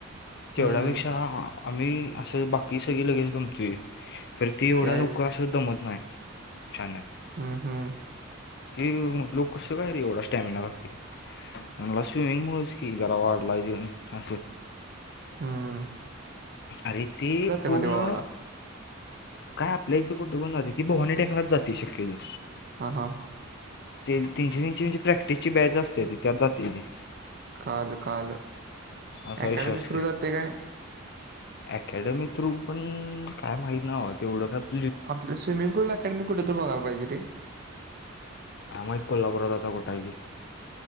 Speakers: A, on the left; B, on the right.
A: तेवढ्यापेक्षा
B: हम्म,
A: आ आम्ही असं बाकी सगळी लगेच जमतोय. तर ती एवढ्या
B: तेच
A: लवकर असं दमत नाही. <unintelligible>
B: हम् हम्.
A: ते लोक कसं काय रे एवढा स्टॅमिना लागते. म्हणला स्विमिंग मुळचं की जरा वाढलायं अजून आसं
B: हम
A: आरे ते पूर्ण
B: मग देवाला?
A: काय आपल्या इथे कुठं पण जाते ती भवानी टेकनच जाते शक्यतो.
B: हां हां
A: ते तीनची तीनची म्हणजे प्रॅक्टिस ची बॅच असते ती त्यात जाती ती
B: काल काल
A: असा
B: अकॅडमी
A: विश्वास
B: थ्रू जाते काय?
A: ॲकॅडमी थ्रू पण काय माहीत नाही भावा तेवढं पण
B: आपल्या स्विमिंग पुल अकॅडमी कुठे तरी बघाय पाहिजे रे
A: काय माहित कोल्हापुरात आता कुठं हाय ते